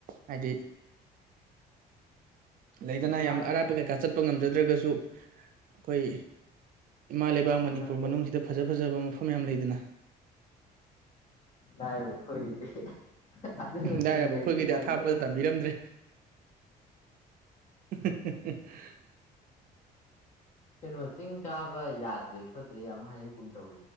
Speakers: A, on the right; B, on the left.
A: ꯍꯥꯏꯗꯤ ꯂꯩꯗꯅ
B: ꯌꯥꯏ
A: ꯌꯥꯝ ꯑꯔꯥꯞꯄ ꯀꯩꯀꯥ ꯆꯠꯄ ꯉꯝꯖꯗ꯭ꯔꯒꯁꯨ ꯑꯩꯈꯣꯏ ꯏꯃꯥ ꯂꯩꯕꯥꯛ ꯃꯅꯤꯄꯨꯔ
B: ꯑꯅꯛꯄ
A: ꯃꯅꯨꯡꯁꯤꯗ ꯐꯖ ꯐꯖꯕ ꯃꯐꯝ ꯌꯥꯝꯌꯥꯝ ꯂꯩꯗꯅ
B: ꯂꯔꯦꯕꯨꯛ ꯍꯣꯏꯒꯦ ꯑ ꯑꯗꯨꯅ ꯊꯅ
A: ꯂꯥꯏꯔꯕ
B: ꯀꯩꯗꯤꯔꯒꯦ
A: ꯑꯩꯈꯣꯏꯒꯤꯗꯤ ꯑꯊꯥꯞꯄꯗ ꯇꯝꯕꯤꯔꯝꯗ꯭ꯔꯦ <inaudible>
B: ꯀꯩꯅꯣ ꯆꯤꯡ ꯀꯥꯕ ꯌꯥꯗ꯭ꯔꯦ ꯈꯣꯠꯇ꯭ꯔꯦ ꯌꯥꯝ ꯍꯥꯏꯅꯒꯨꯝ ꯇꯧꯋ